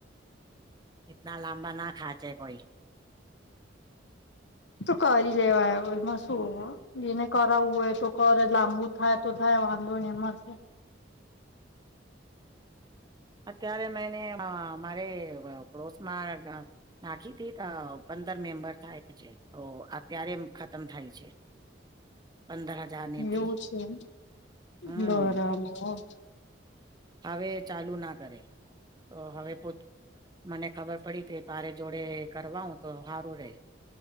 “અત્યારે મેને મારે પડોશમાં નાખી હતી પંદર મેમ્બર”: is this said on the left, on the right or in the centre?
Right